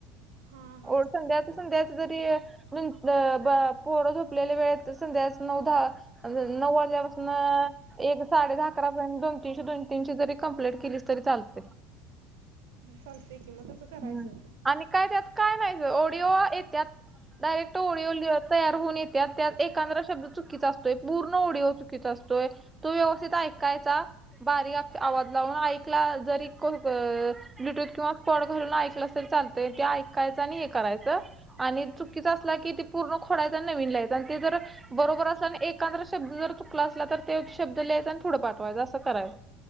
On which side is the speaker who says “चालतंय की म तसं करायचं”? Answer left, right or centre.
Right